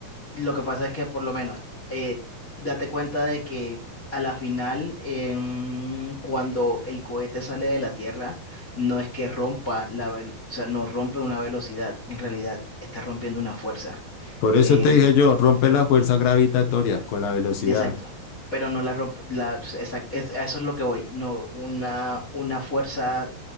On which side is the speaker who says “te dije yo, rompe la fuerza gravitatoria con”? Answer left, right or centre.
Left